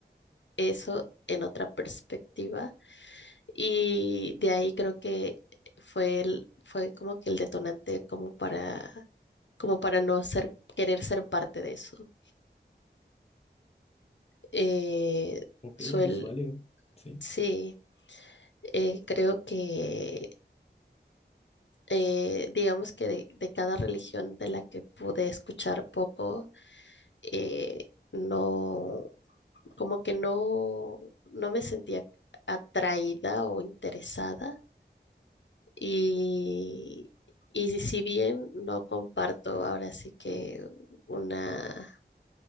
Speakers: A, on the left; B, on the left.
A: eso en otra perspectiva Y de ahí creo que fue el, fue como que el detonante como para, como para no ser, querer ser parte de eso. Eh,
B: Ok,
A: suel,
B: es válido. Sí,
A: sí, eh, creo que eh, digamos que de, de cada religión de la que pude escuchar poco, eh, no, como que no, no me sentía atraída o interesada Y, y si bien no comparto ahora sí que una,